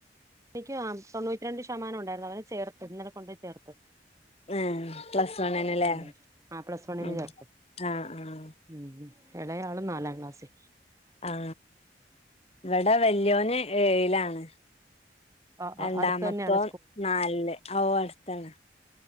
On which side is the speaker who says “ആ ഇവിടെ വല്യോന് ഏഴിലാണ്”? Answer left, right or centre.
Left